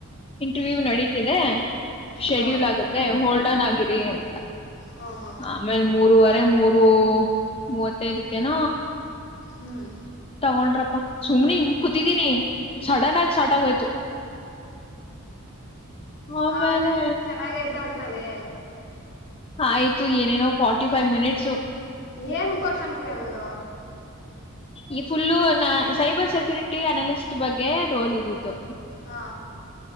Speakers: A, on the left (about 25°); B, on the left (about 55°).
A: ಇಂಟರ್ವ್ಯೂ ನಡೀತಿದೆ ಶೆಡ್ಯೂಲ್
B: ಹಾ
A: ಆಗತ್ತೆ ಹೋಲ್ಡನ್ ಆಗಿರಿ ಅಂತ
B: ಹ್ಮ ಹ
A: ಆಮೇಲೆ ಮೂರವರೆ ಮೂರು ಮೂವತ್ತೈದಕ್ಕೆನ
B: ಹ್ಮ್
A: ತಗೊಂಡ್ರಪ್ಪಾ ಸುಮ್ನೆ ಹಿಂಗ್ ಕೂತಿದೀನಿ ಸಡನ್ ಆಗಿ ಸ್ಟಾರ್ಟ ಆಗೋಯ್ತು ಆಮೇಲೆ
B: ಅವ ಚೆನ್ನಾಗೈತ ಒಟ್ನಲ್ಲಿ
A: ಆಯ್ತು ಏನೇನೋ ಫಾರ್ಟಿ ಫೈವ್ ಮಿನಿಟ್ಸ್
B: ಏನ್ ಕ್ವಶನ್ ಕೇಳಿದ್ರು
A: ಈ ಫುಲ್ಲು ನ ಸೈಬರ್ ಸೆಕ್ಯೂರಿಟಿ ಅನಾಲಿಸ್ಟ್ ಬಗ್ಗೆ ರೋಲ್ ಇದ್ದಿದ್ದು
B: ಹಾ